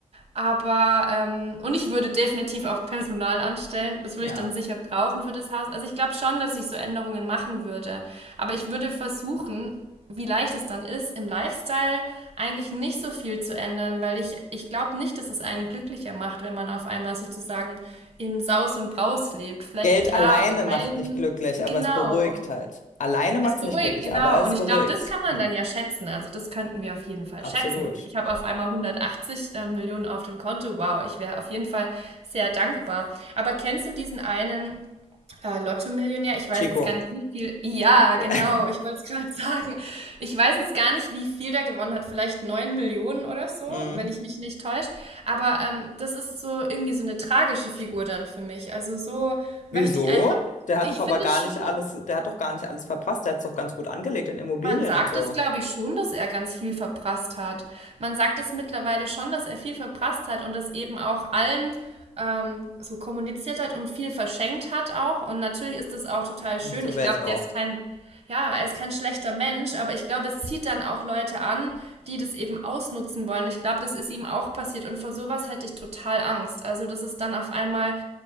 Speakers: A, on the right; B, on the left.
A: Aber, ähm, und ich würde definitiv auch Personal anstellen. Das würde
B: ja.
A: ich dann sicher brauchen für das Haus. Also ich glaube schon, dass ich so Änderungen machen würde. Aber ich würde versuchen, wie leicht es dann ist, im Lifestyle eigentlich nicht so viel zu ändern, weil ich, ich glaube nicht, dass es einen glücklicher macht, wenn man auf einmal sozusagen in Saus und Braus lebt. Vielleicht
B: Geld
A: klar,
B: alleine macht
A: Reisen,
B: nicht glücklich,
A: genau.
B: aber es beruhigt halt. Alleine macht
A: Es beruhigt,
B: es nicht glücklich,
A: genau.
B: aber es
A: Und ich
B: beruhigt.
A: glaube, das kann man
B: Ja,
A: dann ja schätzen. Also das könnten wir auf jeden Fall
B: absolut.
A: schätzen. Ich habe auf einmal 180 äh, Millionen auf dem Konto. Wow, ich wäre auf jeden Fall sehr dankbar. Aber kennst du diesen einen äh, Lotto-Millionär? Ich weiß
B: Chico.
A: jetzt gar nicht, wie viel. Ja,
B: Ja.
A: genau. Ich wollte es gerade <laughs> sagen. Ich weiß jetzt gar nicht, wie viel der gewonnen hat. Vielleicht 9 Millionen oder so,
B: Mhm.
A: wenn ich mich nicht täusche. Aber ähm, das ist so irgendwie so eine tragische Figur dann für mich. Also so möchte
B: Wieso?
A: ich einfach.
B: Der hat
A: Ich
B: doch aber
A: finde
B: gar
A: schon.
B: nicht alles, der hat doch gar nicht alles verprasst. Der hat es doch ganz gut angelegt in Immobilien
A: Man sagt
B: und so.
A: es, glaube ich, schon, dass er ganz viel verprasst hat. Man sagt es mittlerweile schon, dass er viel verprasst hat und das eben auch allen ähm, so kommuniziert hat und viel verschenkt hat auch. Und natürlich ist das auch total schön.
B: So
A: Ich
B: wäre
A: glaube,
B: ich auch.
A: der ist kein, ja, er ist kein schlechter Mensch, aber ich glaube, es zieht dann auch Leute an, die das eben ausnutzen wollen. Ich glaube, das ist ihm auch passiert und vor sowas hätte ich total Angst. Also, das ist dann auf einmal